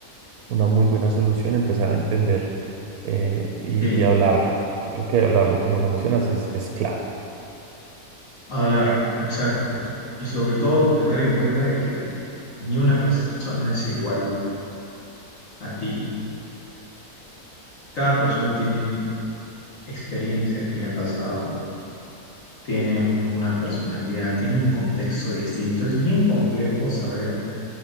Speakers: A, on the right (about 75°); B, on the left (about 55°).
A: una muy buena solución empezar a entender eh, y,
B: sí,
A: y hablarlo. Yo creo que hablarlo, como lo mencionas, es, es clave.
B: hablar, exacto. Y sobre todo tener en cuenta de que ni una persona es igual a ti. Cada persona tiene experiencias que le han pasado, tiene una personalidad, tiene un contexto distinto. Es bien complejo saber